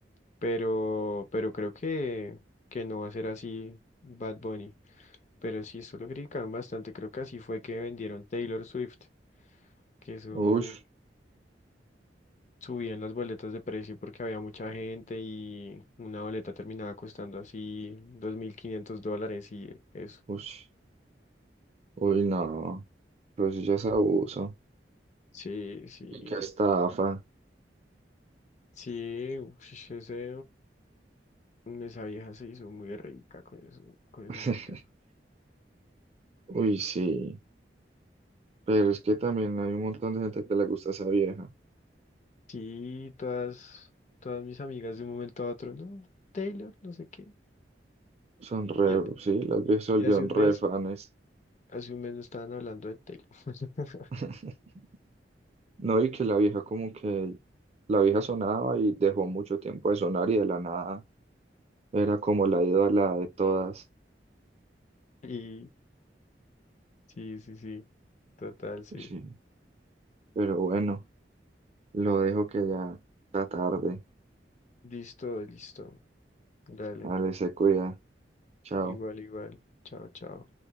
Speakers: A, on the left; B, on the right.
A: pero, pero creo que, que no va a ser así Bad Bunny, pero sí, eso lo criticaron bastante, creo que así fue que vendieron Taylor Swift, que eso
B: Uy,
A: subían las boletas de precio porque había mucha gente y una boleta terminaba costando así 2.500 dólares y eso.
B: uy. Uy, no, pero eso ya es abuso.
A: Sí, sí,
B: Y qué estafa.
A: sí, ush, ese, mm, esa vieja se hizo muy rica con eso, con esa
B: <laughs>
A: gira.
B: Uy, sí, pero es que también hay un montón de gente que le gusta esa vieja.
A: Sí, todas, todas mis amigas de un momento a otro, no, Taylor, no sé qué.
B: Son re,
A: Y, a-
B: sí, las viejas se volvieron
A: y hace un
B: re
A: mes,
B: fanes.
A: hace un mes no estaban hablando de Taylor. <laughs>
B: <laughs> No, y que la vieja como que, la vieja sonaba y dejó mucho tiempo de sonar y de la nada era como la ídola de todas.
A: Y sí, sí, sí, total, sí.
B: Sí, pero bueno, lo dejo que ya está tarde.
A: Listo, listo. Dale,
B: Dale, se cuida. Chao.
A: igual, igual. Chao, chao.